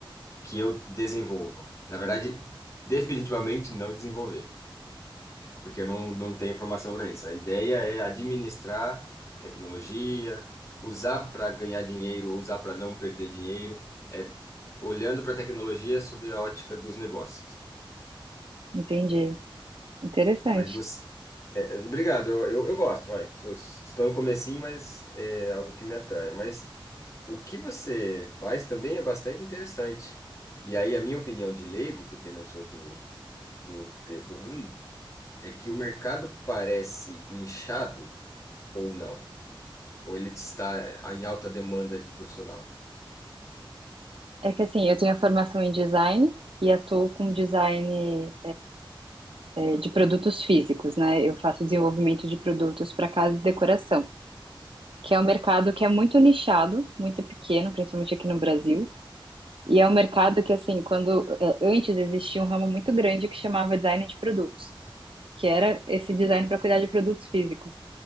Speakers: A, on the left; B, on the right.
A: que eu desenvolva. Na verdade, definitivamente não desenvolver, porque eu não, não tenho formação para isso. A ideia é administrar tecnologia, usar para ganhar dinheiro, ou usar para não perder dinheiro, é olhando para a tecnologia sob a ótica dos negócios.
B: Entendi. Interessante.
A: Mas você, É, Obrigado, eu, eu, eu gosto, vai. Sou- Estou no comecinho, mas é algo que me atrai. Mas o que você faz também é bastante interessante. E aí, a minha opinião de leigo, porque não sou do, do, te- do ramo, é que o mercado parece inchado ou não. Ou ele está em alta demanda de profissional.
B: É que assim, eu tenho a formação em design e atuo com design É, de produtos físicos, né? Eu faço desenvolvimento de produtos para casa e decoração, que é um mercado que é muito nichado, muito pequeno, principalmente aqui no Brasil. E é um mercado que, assim, quando é, antes existia um ramo muito grande que chamava design de produtos, que era esse design para cuidar de produtos físicos.